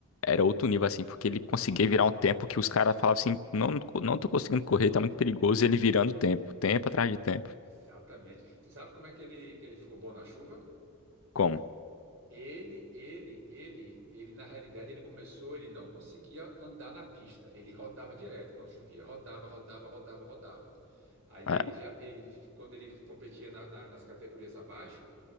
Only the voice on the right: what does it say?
isso.
Exatamente. Você sabe como é que ele, que ele ficou bom na chuva?
Ele, ele, ele, ele, na realidade, ele começou, ele não conseguia andar na pista, ele rodava direto quando chovia, rodava, rodava, rodava, rodava. Aí
ele já, ele, quando ele competia na- na- nas categorias abaixo,